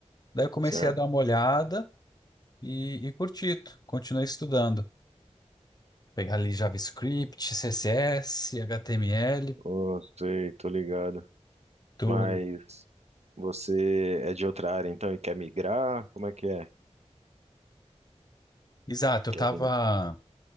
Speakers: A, on the left; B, on the right.
A: Daí eu comecei
B: certo.
A: a dar uma olhada e, e curti, continuei estudando. Pegar ali JavaScript, CSS, HTML,
B: Ô, sei, tô ligado.
A: tu...
B: Mas você é de outra área, então, e quer migrar? Como é que é?
A: Exato, eu
B: Quer
A: tava,
B: vir?